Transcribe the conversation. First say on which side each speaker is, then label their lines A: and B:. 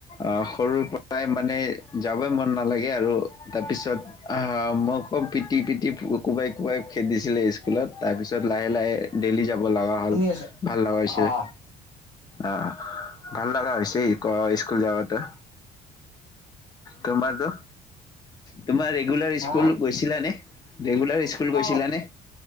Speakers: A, on the left; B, on the left.
A: আঁহ সৰুৰ পৰাই মানে যাবই মন নালাগে আৰু তাৰ পিছতআঁহ মই কম পিটি পিটি কোবাই কোবাই খেদিছিলে স্কুল স্কুলত তাৰপিছত লাহে লাহে ডেইলি যাব লগা হ'ল
B: শুনি আছো।
A: ভাল লগা হৈছে
B: আহ
A: অঁ ভাল লগা হৈছে স্কুল যাৱাতে তোমাৰ নোহ তোমাৰ ৰেগুলাৰ
B: হা
A: স্কুল গৈছিলানে? ৰেগুলাৰ স্কুল গৈছিলানে?
B: অ